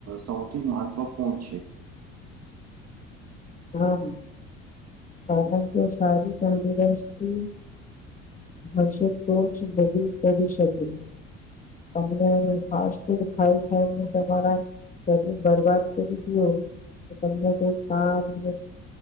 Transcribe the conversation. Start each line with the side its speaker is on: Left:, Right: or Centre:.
Right: સૌથી અ મહત્વપૂર્ણ છે.
Left: હા કારણ કે સારી તંદુરસ્તી હશે તો જ બધું કરી શકે તમને ફાસ્ટ ફૂડ ખાય <unintelligible> તમારા શરીર બરબાદ કરી દીયો તમને કોઈ કામ <unintelligible>